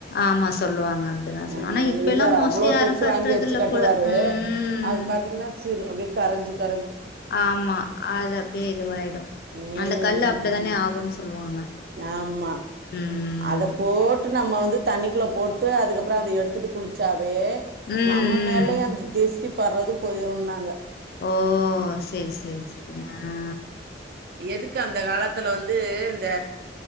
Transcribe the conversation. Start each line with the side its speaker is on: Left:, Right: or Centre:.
Left: ஆமா சொல்லுவாங்க அப்டிதா
Right: அ
Left: சொல் ஆனா
Right: எங்க
Left: இப்ப
Right: வீட்டுக்கார்
Left: எல்லா மோஸ்ட்லி
Right: அவ்வுளோ
Left: யாரு
Right: பெருசு
Left: கட்றது
Right: வாங்கி வச்சு
Left: இல்ல
Right: கட்டுவாரு
Left: போல ம்
Right: அது பாத் தீங்குனா சிறு அப்டியே கரஞ்சு க
Left: ஆமா அது அப்டே இதுவாய்டு
Right: ம்
Left: அந்த கல்லு அப்டிதானே ஆகுன் சொல்லுவாங்க
Right: ஆமா
Left: ம்
Right: அத போட்டு நம்ம வந்து தண்ணிக்குள்ள போட்டு அதுக்கப்றோ அத எடுத்துட்டு குளி ச்சாவே
Left: ம்
Right: நம்ம
Left: ம்
Right: மேலயு அந்த திஷ்டி பட்றது போயிருன்னாங்க
Left: ஓ செரி செரி செரி ஆ
Right: எதுக்கு அந்த காலத்துல வந்து இந்த